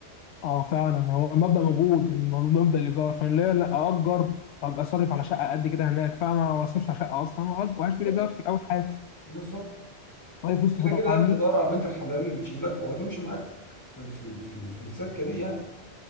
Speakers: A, on the left; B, on the left.
A: اه فعلا هو المبدا موجود الموضوع- مبدا الايجار فانا ليه لا اجر وابقى صرف على شقه قد كده هناك فاهمه ما اصرفش على شقه اصلا وأج- واعيش
B: بالظبط
A: بالايجار في الاول حياتي
B: بالظبط
A: واي فلوس
B: كده
A: تفضل
B: كده
A: عني
B: تدور على بنت الحلال اللي تشيلك وهتمشي معاك في في في في السكة دي يعني